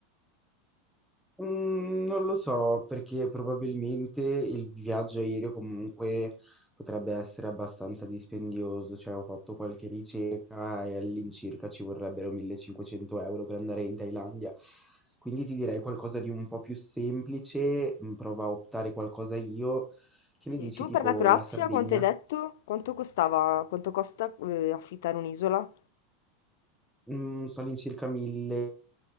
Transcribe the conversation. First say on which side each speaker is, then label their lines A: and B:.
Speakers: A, in the centre; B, on the left.
A: Mm, non lo so, perché probabilmente il viaggio aereo comunque potrebbe essere abbastanza dispendioso, cioè ho fatto qualche ricerca e all'incirca ci vorrebbero 1500 euro per andare in Thailandia. Quindi ti direi qualcosa di un po' più semplice, mm, prova a optare qualcosa io. Che
B: Sì,
A: ne dici
B: tu
A: tipo
B: per la Croazia
A: la Sardegna?
B: quanto hai detto? Quanto costava, quanto costa eh, affittare un'isola?
A: Mm, sto all'incirca 1000,